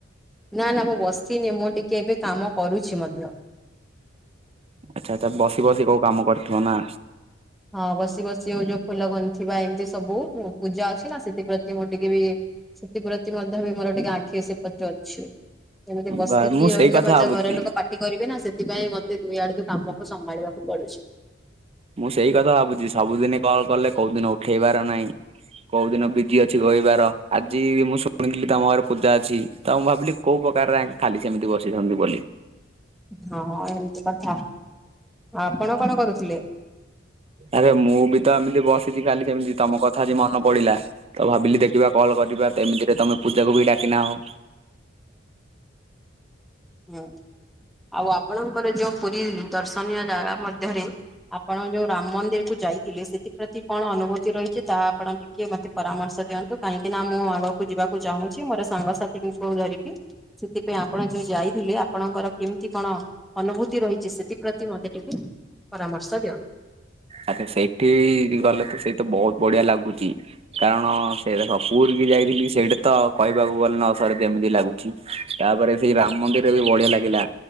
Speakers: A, in the centre; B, on the right.
A: ନା ନା ମୁଁ ବସିନି ମୁଁ ଟିକେ ଏବେ କାମ କରୁଛି ମଧ୍ୟ।
B: ଆଚ୍ଛା ଆଚ୍ଛା ବସି ବସି କୋଉ କାମ କରିଥିବ ନା।
A: ହଁ ବସି ବସି ଆଉ ଯୋଉ ଫୁଲ ଗୁନ୍ଥିବା ଏମିତି ସବୁ ପୂଜା ଅଛି ନା ସେଥିପ୍ରତି ମୁଁ ଟିକେ ବି ସେଥିପ୍ରତି ମଧ୍ୟ ବି ମୋର ଟିକେ ଆଖି ସେପତେ ଅଛି। ଏମିତି ବସିକି
B: ବା ମୁଁ ସେଇ
A: ରହିଲେ
B: କଥା
A: ମଜ
B: ଭାବୁଛି।
A: ଘର ଲୋକ ପାଟ ପାଟି କରିବେ ନା ସେଥିପାଇଁ ମତେ ଦୁଇ ଆଡେ କାମକୁ ସମ୍ଭାଳିବାକୁ ପଡୁଛି।
B: ମୁଁ ସେଇ କଥା ଭାବୁଛି ସବୁଦିନି କଲ୍ କଲେ କୋଉଦିନ ଉଠେଇବାର ନାହିଁ। କୋଉ ଦିନ ବିଜି ଅଛି ରହିବାର ଆଜି ମୁଁ ଶୁଣିଥିଲି ତମ ଘରେ ପୂଜା ଅଛି। ତ ମୁଁ ଭାବିଲି କୋଉ ପ୍ରକାର ଖାଲି ସେମିତି ବସିଛନ୍ତି ବୋଲି।
A: ହଁ ଏମିତି କଥା ଆପଣ କଣ କରୁଥିଲେ?
B: ଆରେ ମୁଁ ବି ତ ଏମିତି ବସିଛି ଖାଲି ସେମିତି ତମ କଥା ଆଜି ମନ ପଡିଲା। ତ ଭାବିଲି ଦେଖିବା କଲ୍ କରିବା ଏମିତିରେ ତମେ ପୂଜାକୁ ବି ଡାକିନା ହ।
A: ହୁଁ ଆଉ ଆପଣଙ୍କର ଯୋଉ ପୁରୀ ଦର୍ଶନୀୟ ଜାଗା ମଧ୍ୟରେ ଆପଣ ଯୋଉ ରାମ ମନ୍ଦିର କୁ ଯାଇଥିଲେ ସେଥିପ୍ରତି କଣ ଅନୁଭୂତି ରହିଛି ତାହା ଆପଣ ଟି ଟିକେ ମତେ ପରାମର୍ଶ ଦିଅନ୍ତୁ କାହିଁକି ନା ମୁଁ ଆଗକୁ ଯିବାକୁ ଚାହୁଁଛି ମୋର ସାଙ୍ଗସାଥିଙ୍କୁ ଧରିକି। ସେଥିପାଇଁ ଆପଣ ଯୋଉ ଯାଇଥିଲେ ଆପଣଙ୍କର କେମିତି କଣ ଅନୁଭୂତି ରହିଛି ସେ ଥିପ୍ରତି ମୋତେ ଟିକେ ପରାମର୍ଶ ଦିଅନ୍ତୁ।
B: ଆଚ୍ଛା ସେଇଠି ଗଲେ ତ ସେଇ ତ ବହୁତ ବଢିଆ ଲାଗୁଚି। କାରଣ ସେ ସ ପୁର କି ଯାଇଥିଲି ସେଇଟା ତ କହିବାକୁ ଗଲେ ନା ସରେ କେମିତି ଲାଗୁଛି? ତାପରେ ସେଇ ରାମ ମନ୍ଦିର ବି ବଢିଆ ଲାଗିଲା